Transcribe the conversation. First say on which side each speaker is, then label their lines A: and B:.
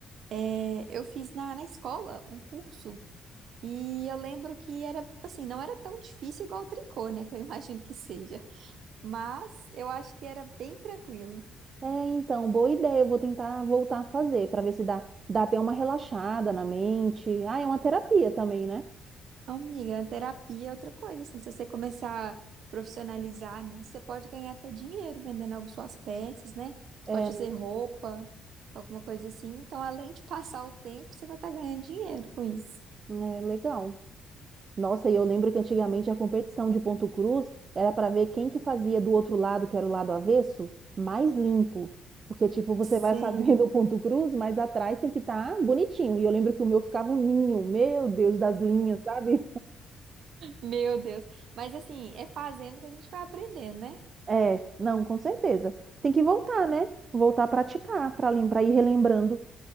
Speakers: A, on the right; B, on the right.
A: é, eu fiz na, na escola um curso. E eu lembro que era, assim, não era tão difícil igual o tricô, né? Que eu <laughs> imagino que seja. Mas eu acho que era bem tranquilo.
B: É, então, boa ideia. Eu vou tentar voltar a fazer, para ver se dá, dá até uma relaxada na mente. Ah, é uma terapia também, né?
A: Amiga, terapia é outra coisa, assim. Se você começar a profissionalizar nisso, você pode ganhar até dinheiro vendendo algumas suas peças, né? Você
B: É,
A: pode fazer roupa, alguma coisa assim. Então, além de passar o tempo, você vai estar ganhando dinheiro com isso.
B: é legal. Nossa, e eu lembro que antigamente a competição de ponto cruz era para ver quem que fazia do outro lado, que era o lado avesso, mais limpo. Porque, tipo, você
A: Sei.
B: vai <laughs> fazendo o ponto cruz, mas atrás tem que estar bonitinho. E eu lembro que o meu ficava um ninho, meu Deus, das linhas, sabe?
A: Meu Deus. Mas, assim, é fazendo que a gente vai aprendendo, né?
B: É, não, com certeza. Tem que voltar, né? Voltar a praticar, para lembrar, ir relembrando.